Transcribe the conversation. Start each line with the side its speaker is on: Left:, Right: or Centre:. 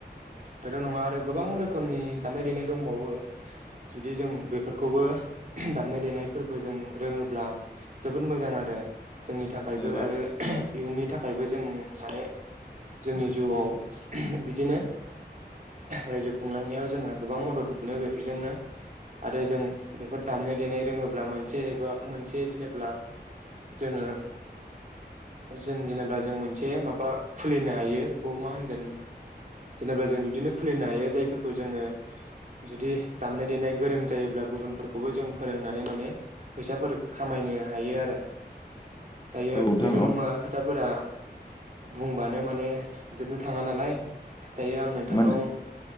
Right: बेल' नङा आरो गोबां रोखोमनि दामनाय देनाय दंबाव बो जुदि जों बेफोरखौबो दामनाय देनाय फोरबो जों रोङोब्ला जोबोद मोजां आरो जोंनि थाखायबो
Left: जेनेबा
Right: आरो इयुननि थाखायबो जों माने जोंनि जिउआव बिदिनो रायजो खुंलांनायाव जोंहा गोबां मदद मोनो बेफोरजोंनो आरो जों बेफोर दामनाय देनाय रोङोब्ला मोनसे एबा मोनसे जेनेब ब्ला जोङो जों जेनेबा जों मोनसे माबा खुलिनो हायो बेखौ मा होनगोन जेनेबा जों बिदिनो खुलिनो हायो जायफोरखौ जोङो जुदि दामनाय देनाय गोरों जायोब्ला गुबुनफोरखौबो जों फोरोंनानै माने फैसाफोर खामायनो हायो आरो दायो
Left: औ नोंथां
Right: बेल'
Left: औ
Right: नङा खोथाफोरा बुंबानो माने जोबनो थाङा नालाय। दायो आं नोंथांनाव
Left: माने